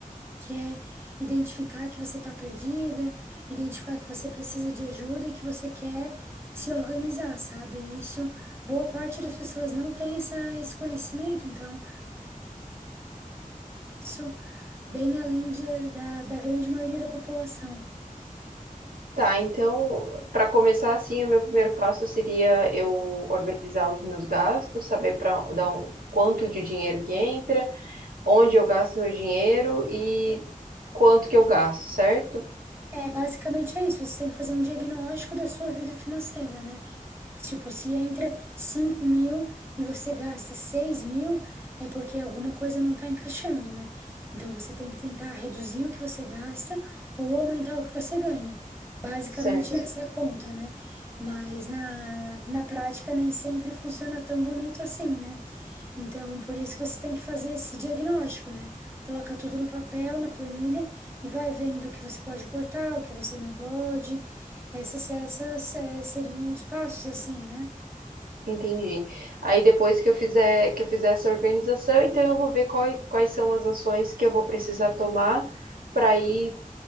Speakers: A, on the right (about 15°); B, on the right (about 80°).
A: que é identificar que você está perdida, identificar que você precisa de ajuda e que você quer se organizar, sabe? E Isso, boa parte das pessoas não tem essa, esse conhecimento, então, isso bem além de- da, da grande maioria da população.
B: Tá, então, para começar assim, o meu primeiro passo seria eu organizar os meus gastos, saber para dar um, quanto de dinheiro que entra, onde eu gasto meu dinheiro e quanto que eu gasto, certo?
A: É, basicamente é isso, você tem que fazer um diagnóstico da sua vida financeira, né? Tipo, se entra cinco mil e você gasta seis mil, é porque alguma coisa não está encaixando, né? Então você tem que tentar reduzir o que você gasta ou aumentar o que você ganha. Basicamente,
B: Certo.
A: essa é a conta, né? Mas na, na prática nem sempre funciona tão bonito assim, né? Então, por isso que você tem que fazer esse diagnóstico, né? Coloca tudo no papel, na planilha e vai vendo o que você pode cortar, o que você não pode. Essas, essas, eh, seriam os passos, assim, né?
B: Entendi. Aí depois que eu fizer que eu fizer essa organização, então eu vou ver qual- quais são as ações que eu vou precisar tomar para ir